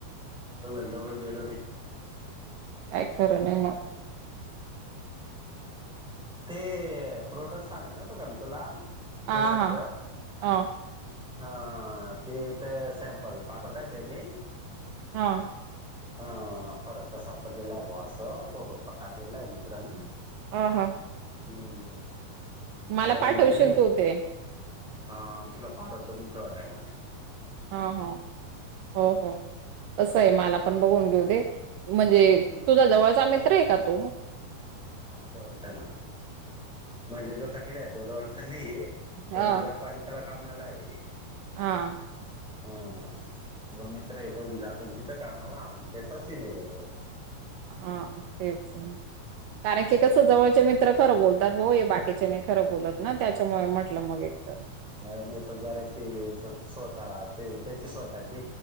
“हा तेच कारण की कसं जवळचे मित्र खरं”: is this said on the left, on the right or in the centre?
Right